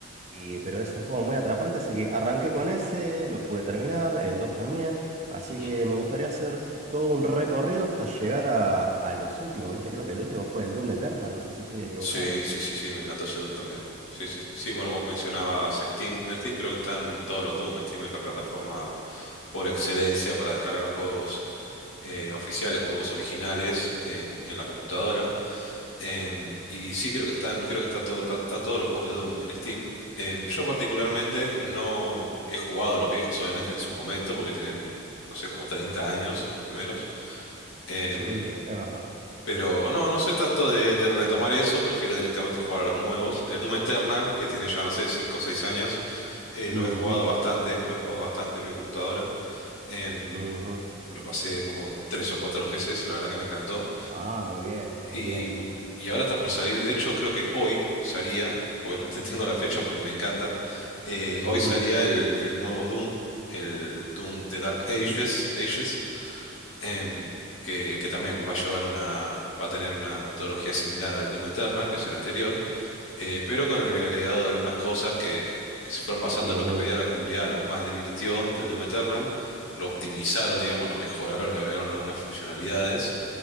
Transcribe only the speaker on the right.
Y- pero es un juego muy atrapante, así que arranqué con ese, lo pude terminar, el 2 también. Así
que me gustaría hacer todo un recorrido hasta llegar a, a los últimos, ¿viste? Creo que el último fue el Doom Eternal, no sé si estoy equivocado.
Sí, es verdad.
Ujú,
ujú.
Ah, muy bien,
muy bien.
Ujú,
ujú.